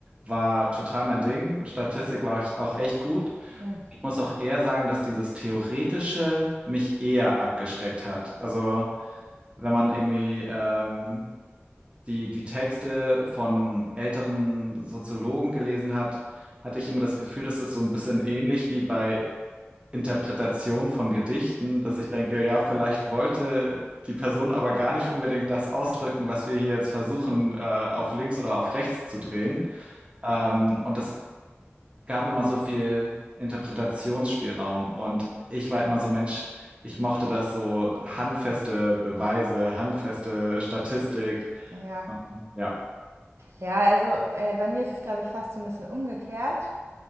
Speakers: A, on the right; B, on the right.
A: war total mein Ding. Statistik war ich auch echt gut.
B: Mhm.
A: Ich muss auch eher sagen, dass dieses Theoretische mich eher abgeschreckt hat. Also wenn man irgendwie ähm, die, die Texte von älteren Soziologen gelesen hat, hatte ich immer das Gefühl, dass es so ein bisschen ähnlich wie bei Interpretation von Gedichten, dass ich denke, ja, vielleicht wollte die Person aber gar nicht unbedingt das ausdrücken, was wir hier jetzt versuchen, äh, auf links oder auf rechts zu drehen. Ähm, und es gab immer so viel Interpretationsspielraum. Und ich war immer so ein Mensch, ich mochte das so handfeste Beweise, handfeste Statistik.
B: Ja,
A: Ja,
B: Ja, also äh, bei mir ist es, glaube ich, fast so ein bisschen umgekehrt.